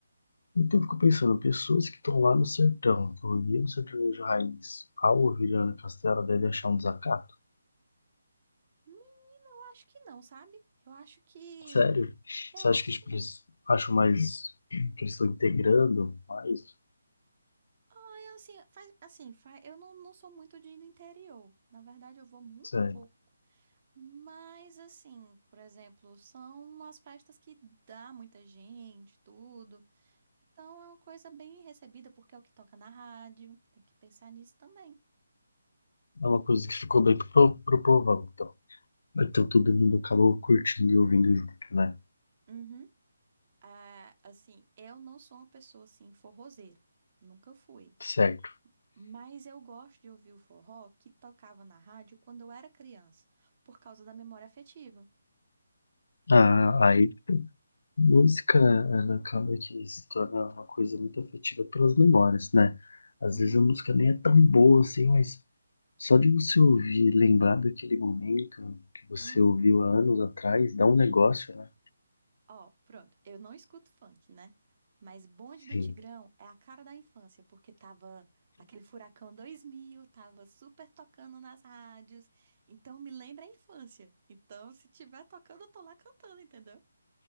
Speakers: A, on the left; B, on the right.
A: Então eu fico pensando, pessoas que estão lá no sertão, que ouviram o sertanejo raiz, ao
B: Hum.
A: ouvir Ana Castela, devem achar um desacato.
B: Menina, eu acho que não, sabe? Eu acho que.
A: Sério?
B: Eu
A: Você acha
B: acho
A: que tipo,
B: que não.
A: eles acham mais que eles estão integrando mais?
B: Ah, eu assim, faz, assim, faz, eu não, não sou muito de ir no interior. Na verdade, eu vou muito
A: Sério.
B: pouco. Mas, assim, por exemplo, são umas festas que dá muita gente, tudo. Então é uma coisa bem recebida, porque é o que toca na rádio. Tem que pensar nisso também.
A: É uma coisa que ficou bem pro, pro povão, então. Então todo mundo acabou curtindo e ouvindo junto, né?
B: Uhum. Ah, assim, eu não sou uma pessoa assim forrozeira, nunca fui.
A: Certo.
B: Mas eu gosto de ouvir o forró que tocava na rádio quando eu era criança, por causa da memória afetiva.
A: Ah, aí, música, ela acaba de se tornar uma coisa muito afetiva pelas memórias, né? Às
B: Uhum,
A: vezes a música nem é tão boa assim, mas só de você ouvir, lembrar daquele momento que você
B: uhum.
A: ouviu há anos atrás, dá um negócio, né?
B: Ó, pronto, eu não escuto funk, né? Mas Bonde do
A: Sim.
B: Tigrão é a cara da infância, porque tava aquele Furacão dois mil tava super tocando nas rádios. Então me lembra a infância. Então se tiver tocando, eu tô lá cantando, entendeu?